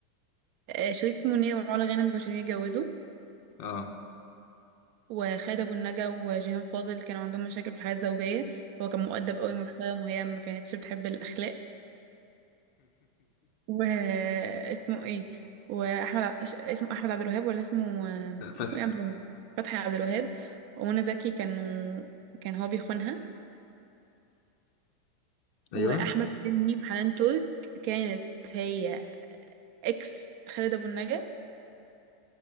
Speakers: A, on the right; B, on the left.
A: آه، شريف منير وعلا غانم ما كانوش عايزين يتجوزوا
B: اه
A: وخالد ابو النجا وجيهان فاضل كانوا عندهم مشاكل في الحياه الزوجيه هو كان مؤدب قوي محترم وهي ما كانتش بتحب الاخلاق واسمه <laughs> ايه واحمد ع- ش- اسمه احمد عبد الوهاب ولا اسمه آه،
B: <laughs> فتحي
A: اسمه ايه عبد الوهاب فتحي عبد الوهاب ومنى زكي كانوا كان هو بيخونها
B: ايوه
A: واحمد حلمي وحنان ترك كانت هي اكس خالد ابو النجا